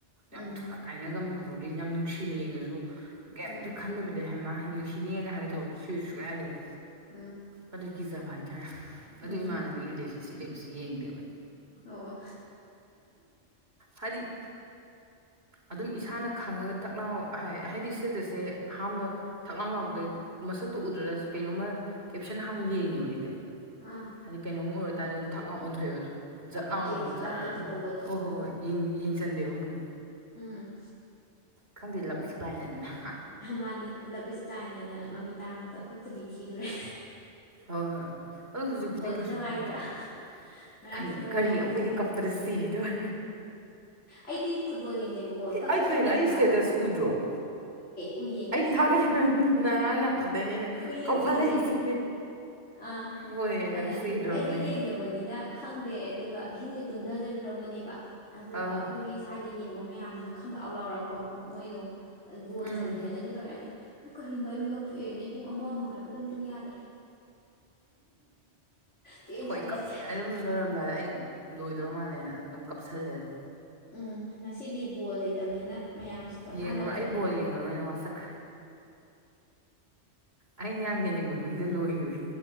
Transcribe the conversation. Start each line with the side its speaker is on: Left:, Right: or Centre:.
Right: ꯌꯥꯝ
Left: ꯎꯝ
Right: ꯊꯨꯅ ꯀꯥꯏꯅꯒꯟꯕꯗꯣ ꯈꯪꯕ꯭ꯔ <unintelligible> ꯌꯥꯝ ꯅꯨꯡꯁꯤꯅ ꯌꯦꯡꯉꯁꯨ ꯀꯩꯝꯇ
Left: ꯎꯝ
Right: ꯈꯟꯗꯕꯤꯗ ꯍꯩꯃꯥ ꯌꯥꯝ ꯅꯨꯡꯁꯤꯅꯦꯒ ꯍꯥꯏꯒꯗꯣ <unintelligible> ꯁꯨꯛꯌꯥ ꯌꯥꯗꯦꯕ
Left: ꯎꯝ
Right: ꯑꯗꯨ ꯀꯤꯖꯕ ꯍꯥꯏꯇꯥꯔꯦ ꯑꯗꯨ
Left: ꯎꯝ
Right: ꯏꯃꯥꯟꯅꯕꯤꯒꯤ ꯔꯤꯂꯦꯁꯟꯁꯤꯞ ꯂꯩꯕꯁꯨ ꯌꯦꯡꯗꯦꯕ ꯑꯩ
Left: ꯑꯣ
Right: ꯍꯥꯏꯗꯤ ꯑꯗꯨꯝ ꯏꯁꯥꯅ ꯈꯪꯉꯒ ꯊꯛꯅꯕ ꯍꯥꯏꯗꯤ ꯏꯁꯇꯦꯇꯁꯁꯦ ꯑꯍꯥꯟꯕ ꯊꯛꯂꯥꯎꯝ ꯂꯥꯎꯄꯗ ꯃꯁꯛꯇꯣ ꯎꯗ꯭ꯔꯁꯨ ꯀꯩꯅꯣꯝꯃ ꯀꯦꯞꯁꯟ ꯍꯥꯟꯅ ꯌꯦꯡꯉꯦꯕ ꯑꯩꯗꯤ
Left: ꯑꯥ
Right: ꯍꯥꯏꯗꯤ ꯀꯩꯅꯣꯝ ꯑꯣꯏꯔꯇꯥꯥꯔꯗꯤ ꯑꯗꯨꯝ ꯊꯛ ꯂꯥꯎ ꯑꯣꯟꯊꯣꯛꯑꯦꯕ ꯑꯗꯨ ꯖꯠ ꯂꯥꯎꯅ
Left: ꯆꯦꯟ
Right: ꯑꯗꯨꯝ
Left: ꯁꯣꯠ
Right: ꯠꯔꯅ
Left: ꯂꯥꯎ ꯇꯧꯊꯣꯛꯍꯧꯕꯗꯣ
Right: ꯍꯣꯏ
Left: ꯑꯣ
Right: ꯍꯣꯏ ꯍꯣꯏ ꯌꯦꯡꯁꯟꯗꯦꯕ ꯃꯨꯟꯅ
Left: ꯎꯝ
Right: ꯈꯪꯗꯦ ꯂꯞ ꯏꯁ ꯕꯂꯥꯏꯟ ꯍꯥꯢꯗꯨꯅꯤ ꯍꯥ
Left: ꯃꯥꯟꯅꯤ ꯂꯞ ꯏꯁ ꯕ꯭ꯂꯥꯏꯅꯦꯅ ꯃꯃꯤꯠ ꯇꯥꯡꯕꯗ ꯑꯩꯈꯣꯏ ꯈꯨꯗꯤ ꯊꯤꯗꯨꯔꯦ
Right: ꯍꯣꯏ ꯍꯣꯏ ꯑꯗꯨ ꯍꯧꯖꯤꯛꯄꯨꯗꯤ ꯀꯩꯁꯨ
Left: ꯅꯨꯡꯉꯥꯏꯕ꯭ꯔꯥ
Right: ꯈꯟꯗ꯭ꯔꯦꯗ
Left: ꯉꯔꯥꯡ
Right: ꯀꯔꯤꯩ
Left: ꯐꯨꯠꯕꯣꯜ
Right: ꯀꯔꯤ
Left: ꯅꯨꯡꯉꯥꯏꯔꯝꯒꯅꯤ
Right: ꯑꯩꯈꯣꯏꯗꯤ ꯀꯛꯄꯗ ꯁꯤꯒꯦ ꯇꯧꯋꯦ
Left: ꯑꯩꯗꯤ ꯐꯨꯠꯕꯣꯜ ꯌꯦꯡꯗꯦꯕꯀꯣ ꯇꯨꯝꯃꯨꯔꯕꯅꯦ
Right: ꯑꯩ ꯀꯩꯅꯣ ꯑꯩ ꯏꯁꯇꯦꯇꯁ ꯎꯗ꯭ꯔꯣ
Left: ꯎꯏꯌꯦ
Right: ꯑꯩ ꯊꯥꯒꯠꯂꯤ ꯉꯔꯥꯡ ꯅꯍꯥꯟꯗꯩꯅꯦ ꯑꯩꯅ
Left: ꯎꯏꯌꯦ
Right: ꯀꯥꯎꯈꯠꯂꯛꯏꯁꯦ
Left: ꯎꯏꯌꯦ ꯑꯩ ꯑꯥ
Right: ꯕꯣꯜ ꯌꯦꯡꯕꯗ
Left: ꯑꯗ
Right: ꯁꯤꯗ꯭ꯔꯣꯕꯅꯦ
Left: ꯑꯩꯗꯤ ꯌꯦꯡꯗ
Right: ꯑꯩ
Left: ꯈꯦꯗꯦ ꯑꯗꯨꯒ ꯑꯍꯤꯡꯁꯦ ꯇꯨꯝꯊꯖꯔꯨꯔꯕꯅꯦꯕ ꯑꯗꯨꯒ
Right: ꯑꯥ
Left: ꯑꯩꯈꯣꯏ ꯁ꯭ꯋꯥꯏꯗ ꯌꯦꯡꯕ ꯃꯌꯥꯝꯁꯤꯅ ꯈꯪꯂꯥꯎ ꯂꯥꯎꯔꯛꯄꯕꯨ ꯃꯣꯏꯗꯣ ꯒꯣꯜ
Right: ꯎꯝ
Left: ꯆꯜꯂꯦꯅꯁꯨ ꯇꯧꯋꯦ ꯑꯗ ꯀꯔꯤꯅꯣ ꯑꯩ ꯃꯦꯀꯞ ꯊꯣꯛꯑꯦ ꯑꯗꯩ ꯄꯨꯡ ꯑꯃ ꯑꯃꯈꯥꯏꯕꯨ ꯑꯗꯨꯝ ꯇꯨꯡ ꯌꯥꯗ꯭ꯔꯦ ꯄꯦꯟ
Right: ꯍꯣꯏ
Left: ꯆꯥꯅꯩ
Right: ꯀꯞꯄꯃꯦꯅ ꯑꯗꯨꯝ ꯂꯣꯏꯔꯝꯗꯥꯏꯗ ꯑꯩ ꯂꯣꯏꯗ꯭ꯔꯧ ꯃꯥꯜꯂ ꯑꯗꯨꯝ ꯀꯞꯁꯜꯂꯦꯗ
Left: ꯎꯝ ꯉꯁꯤꯗꯤ ꯕꯣꯜ ꯂꯩꯇꯕꯅꯤꯅ ꯃꯌꯥꯝꯁꯦ ꯄꯣꯊꯥꯅꯔꯝꯃꯅꯤ
Right: ꯌꯦꯡꯉꯔꯣꯏ ꯑꯩ ꯕꯣꯜ ꯌꯦꯡꯉꯔꯣꯏ ꯅ ꯋꯥꯁꯛ ꯑꯩꯅ ꯌꯥꯝ ꯌꯦꯡꯅꯤꯡꯕ ꯃꯤꯗ ꯂꯣꯏꯒ꯭ꯔꯦ